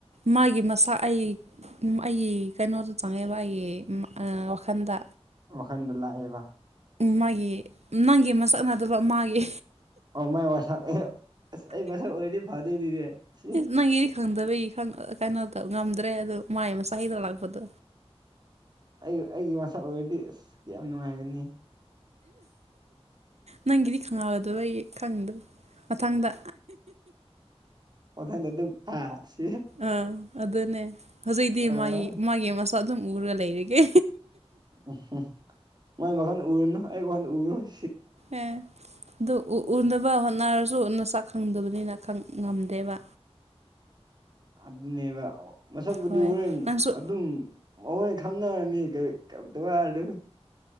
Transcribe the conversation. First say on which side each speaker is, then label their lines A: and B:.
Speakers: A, on the right; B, on the right.
A: ꯃꯥꯒꯤ ꯃꯁꯥ ꯑꯩ ꯑꯩꯒꯤ ꯀꯩꯅꯣꯗ ꯆꯪꯉꯦꯕ ꯑꯩꯒꯤ ꯋꯥꯈꯜꯗ
B: ꯋꯥꯈꯟꯗ ꯂꯥꯛꯑꯦꯕ
A: ꯃꯥꯒꯤ ꯅꯪꯒꯤ ꯃꯁꯛꯅꯅꯥꯗꯕ ꯃꯥꯒꯤ
B: ꯑꯣ ꯃꯥꯏ ꯋꯁꯥꯛ ꯑꯩ ꯃꯁꯛ ꯑꯣꯏꯔꯗꯤ ꯐꯥꯗꯣꯏꯅꯤꯅꯦ ꯁꯤꯌꯦꯁ
A: ꯅꯪꯒꯤꯗꯤ ꯈꯪꯗꯕꯒꯤ ꯀꯩꯅꯣ ꯉꯝꯗ꯭ꯔꯦ ꯑꯗꯣ ꯃꯥꯏ ꯃꯆꯥ ꯍꯩꯗꯂꯥꯛꯄꯗꯣ
B: ꯑꯩ ꯑꯩꯒꯤ ꯃꯁꯛ ꯑꯣꯏꯔꯗꯤ ꯑꯁ ꯀ ꯌꯥꯝ ꯅꯨꯡꯉꯥꯏꯒꯅꯤ
A: ꯅꯪꯒꯤꯗꯤ ꯈꯪꯉꯛꯒꯗꯕ ꯑꯩ ꯈꯪꯗꯕ ꯃꯊꯪꯗ
B: ꯑꯣꯊ ꯑꯗꯨꯝ ꯁꯤ
A: ꯑ ꯑꯗꯨꯅꯦ ꯍꯧꯖꯤꯛꯗꯤ
B: ꯑꯥ
A: ꯃꯥ ꯃꯥꯒꯤ ꯃꯁ ꯑꯗꯨꯝ ꯎꯔꯒ ꯂꯩꯔꯒꯦ
B: ꯎꯝ ꯃꯣꯏ ꯃꯈꯟ ꯎꯔꯨꯅꯨ ꯑꯩ ꯋꯥꯈꯅ ꯎꯔꫭ
A: ꯑꯦ ꯑꯗꯨ ꯎꯅꯕ ꯍꯣꯠꯅꯔꯁꯨ ꯅꯁꯛ ꯈꯪꯗꯕꯅꯤꯅ ꯉꯝꯗꯦꯕ
B: ꯑꯗꯨꯅꯦꯕ ꯃꯁꯛꯄꯨꯗꯤ
A: ꯍꯣꯏ
B: ꯍꯣꯔꯦꯟ
A: ꯅꯪꯁꯨ
B: ꯑꯗꯨꯝ ꯍꫭꯔꯦꯟ ꯈꯪꯅꯔꯅꯤ ꯋꯥꯔꯨꯅꯨ